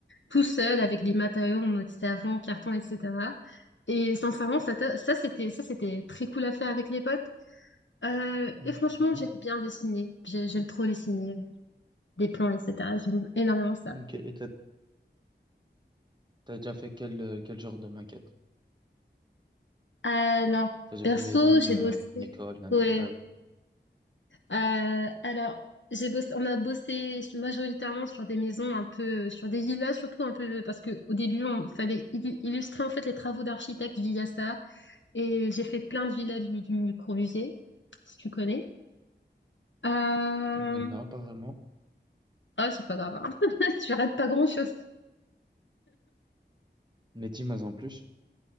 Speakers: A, on the left; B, on the right.
A: tout seul avec des matériaux en mode savon, carton, etc. Et sincèrement, ça, t'a- ça, c'était, ça, c'était très cool à faire avec les potes. Euh,
B: Mhm.
A: et franchement, j'aime bien dessiner. J'ai- J'aime trop dessiner des plans, etc. J'aime énormément ça.
B: Ok, et t'as, t'as déjà fait quel, euh, quel genre de maquette?
A: Alors,
B: T'as déjà
A: perso,
B: fait une maison,
A: j'ai
B: euh,
A: bossé.
B: une école, un
A: Ouais.
B: hôpital?
A: Euh, alors, j'ai bossé, on a bossé sur- majoritairement sur des maisons un peu, sur des villas surtout un peu, parce que au début, on fallait illu- illustrer en fait les travaux d'architecte via ça. Et j'ai fait plein de villas du, du Corbusier, si tu connais. Euh,
B: Non, pas vraiment.
A: Ah, c'est pas grave, hein. <laughs> Je rate pas grand-chose.
B: Mais dis-moi en plus,